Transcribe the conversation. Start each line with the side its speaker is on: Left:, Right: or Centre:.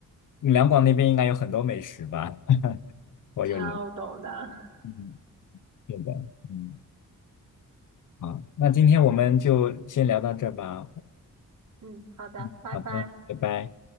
Left: 两广那边应该有很多美食吧？<laughs> 我有了，
Right: 超多的。
Left: 嗯，
Right: <laughs>
Left: 对的，嗯，好，那今天我们就先聊到这儿吧，
Right: 嗯，好的，
Left: 嗯，
Right: 拜拜。
Left: 好的，拜拜。